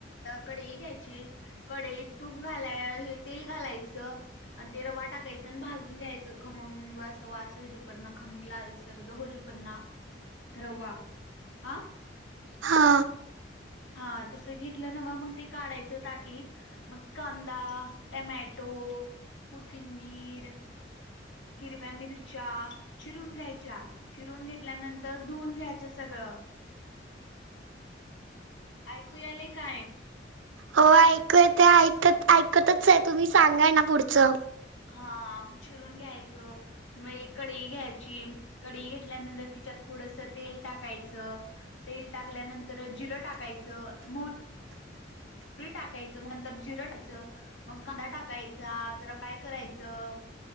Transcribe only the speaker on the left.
कढई घ्यायची कडई तूप घालाय हे तेल घालायचं आणि ते रवा टाकायचं आणि भाजून घ्यायचं खमंग वासजपणना खमंगलाल सरज होजू पना रवा हा
हा तस घेतलं ना मग ते काढायचं ताटलीत मग कांदा टमॅटो हो कुतीिमबीर हिरव्या मिरच्या चिरून घ्यायच्या चिरून घेतल्यानंतर धुवून घ्यायच सगळं ह ऐकूयालाय काय
हा मग चिरून घ्यायचं मग एक कडई घ्यायची कडी घेतल्यानंतर तिच्यात थोडस तेल टाकायचं तेल टाकल्यानंतर जिरं टाकायचं म पुरी टाकायचं मग नंतर जिरं टायचं मग कांदा टाकायचा जरा फ्राय करायचं